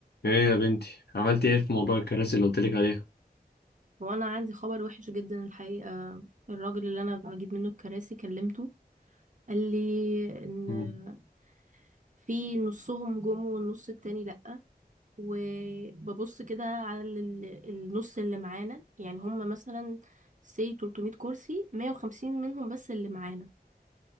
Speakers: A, on the left; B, on the right.
A: ايه يا بنتي عملت ايه في موضوع الكراسي اللي قلتلك عليها
B: وانا عندي خبر وحش جدا الحقيقة الراجل اللي انا بجيب منه الكراسي كلمته قال لي ان
A: مم.
B: في نصهم جم والنص التاني لأ وببص كده على ال- النص اللي معانا يعني هم مثلا سي 300 كرسي 150 منهم بس اللي معانا